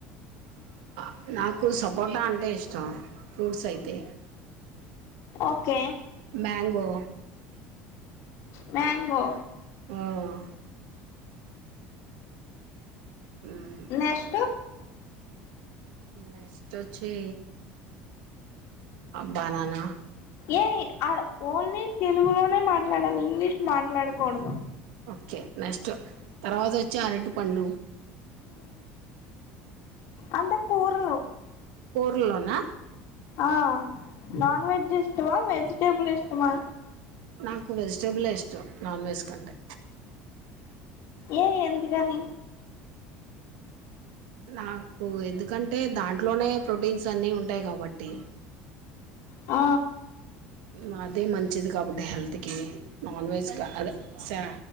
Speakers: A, on the right; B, on the left.
A: ఆ నాకు సపోటా అంటే ఇష్టం ఫ్రూట్స్ అయితే
B: okay
A: mango
B: mango
A: um um,
B: next
A: next వచ్చి బనానా
B: ఏ అ ఓన్లీ తెలుగులోనే మాట్లాడాలి ఇంగ్లీష్ మాట్లాడకూడదు
A: ఓకే నెక్స్ట్ తర్వాత వచ్చి అరటిపండు
B: అంటే కూరలు
A: కూరల్లోనా
B: ఆ నాన్ వెజ్ ఇష్టమా వెజిటేబుల్ ఇష్టమా
A: నాకు వెజిటేబులే ఇష్టం నాన్ వెజ్ కంటే
B: ఏ ఎందుకని
A: నాకు ఎందుకంటే దాంట్లోనే ప్రోటీన్స్ అన్నీ ఉంటాయి కాబట్టి
B: ఆ
A: నా అదే మంచిది కాబట్టి హెల్త్కి నాన్ వెజ్కి అదే శా